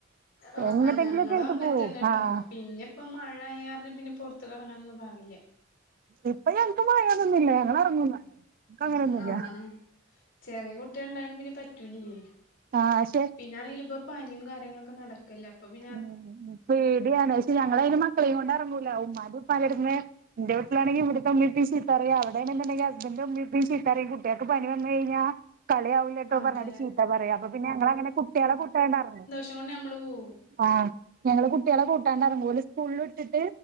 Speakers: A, on the left (about 65°); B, on the right (about 45°).
A: ആഹ്
B: എങ്ങട്ടെങ്കിലൊക്കെ
A: ആഹ് ഞങ്ങളോ
B: ആയിട്ട്
A: അങ്ങനെത്തന്നെട്ടാ
B: പോവും ആഹ്
A: പിന്നെ ഇപ്പം മഴയായ കാരണം പിന്നെ പുറത്ത് കറങ്ങാനന്നും പാകില്ല
B: ഇപ്പൊ ഞങ്ങക്ക് മഴയെന്ന് ഒന്നുവില്ല ഞങ്ങൾ ഇറങ്ങുന്ന് എക്ക് അങ്ങനെയൊന്നുമില്ല
A: ആഹ് ചെറിയ കുട്ടികൾ ഉണ്ടായണ്ട് പിന്നെ പറ്റൂല്ലേ
B: ആഹ് പക്ഷെ
A: പിന്നാണെങ്കിലി ഇപ്പൊ പനിയും കാര്യങ്ങളൊക്കെ നടക്കു കല്ലേ അപ്പ പി
B: ഉം പേടിയാണ് പക്ഷേ ഞങ്ങളയിന് മക്കളെയും കൊണ്ട് ഇറങ്ങൂല ഉമ്മാന്റെ ഉപ്പാന്റെടുന്ന് എന്റെ വീട്ടിലാണെങ്കി ഇവിടുത്തെ ഉമ്മി ഉപ്പി ചീത്തറിയ അവിടെണെന്നുണ്ടക്കി ഹസ്ബന്റെ ഉമ്മീ ഉപ്പി ചീത്തറയും കുട്ടികൾക്ക് പനി വന്നു കഴിഞ്ഞാ കളിയാവൂല്ലാട്ടോ
A: അതെ
B: പറഞ്ഞട്ട് ചീത്ത പറയാ അപ്പൊ പിന്നെ ഞങ്ങളങ്ങനെ കുട്ടികളെ കൂട്ടാണ്ടായിറങ്ങും
A: ട്ടോണ് നമ്മള് പോവും.
B: ആഹ് ഞങ്ങള് കുട്ടികളെ കൂട്ടാണ്ട ഇറങ്ങും ഓല സ്കൂളിൽ വിട്ടിട്ട്